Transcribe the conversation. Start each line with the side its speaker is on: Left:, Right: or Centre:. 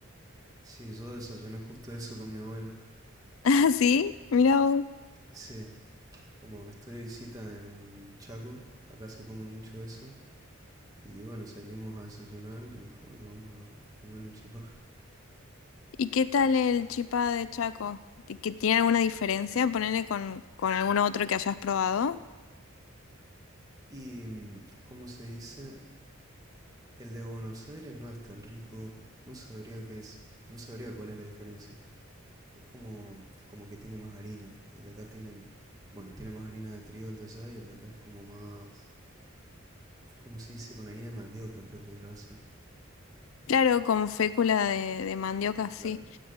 Right: sí, yo desayuné justo eso con mi abuela.
Left: <laughs> ¿Ah, sí? Mirá vos.
Right: Sí, como estoy de visita en Chaco, acá se come mucho eso. Y bueno, salimos a desayunar, me dijo, bueno, vamos a, a comer un chipá.
Left: ¿Y qué tal el chipá de Chaco? ¿Ti- ¿Que tiene alguna diferencia? Ponele con, con algún otro que hayas probado.
Right: Y, mm, ¿cómo se dice? El de Buenos Aires no es tan rico, no sabría qué es, no sabría cuál es la diferencia. Es como, como que tiene más harina, y el de acá tiene, bueno, tiene más harina de trigo el de allá, y el de acá es como más, ¿cómo se dice? Con harina de mandioca creo que lo hacen.
Left: Claro, con fécula de, de mandioca, sí.
Right: Claro,